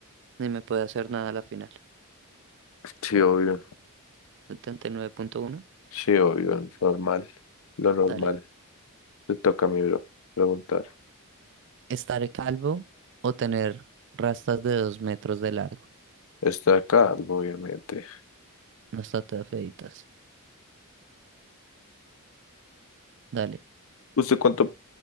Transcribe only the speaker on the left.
Sí, obvio.
Sí, obvio. Normal. Lo normal.
Te toca a mi bro preguntar.
Está acá, obviamente.
¿Usted cuánto,